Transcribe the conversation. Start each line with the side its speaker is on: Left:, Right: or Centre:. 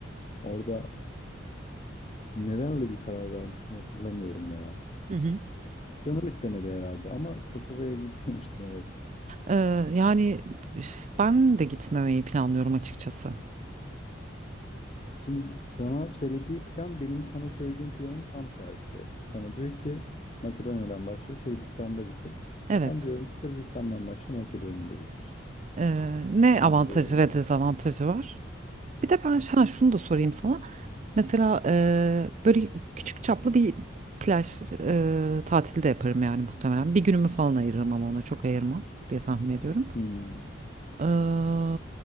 Left: Orada neden öyle bir karar vermiştim hatırlamıyorum ya.
Right: Hı hı.
Left: Canım istemedi herhalde ama Kosova'ya gitmemiştim evet.
Right: Ee, yani üf, ben de gitmemeyi planlıyorum açıkçası.
Left: Şimdi sana söylediği plan benim sana söylediğim planın tam tersi. Sana diyor ki Makedonya'dan başla, Sırbistan'da bitir.
Right: Evet.
Left: Ben diyorum ki Sırbistan'dan başla, Makedonya'da bitir.
Right: Ee, ne
Left: Şimdi
Right: avantajı ve dezavantajı var? Bir de ben ş- ha, şunu da sorayım sana. Mesela eee, böyle küçük çaplı bir plaj eee tatili de yaparım yani muhtemelen. Bir günümü falan ayırırım ama ona çok ayırmam diye tahmin ediyorum.
Left: hmm,
Right: Eee,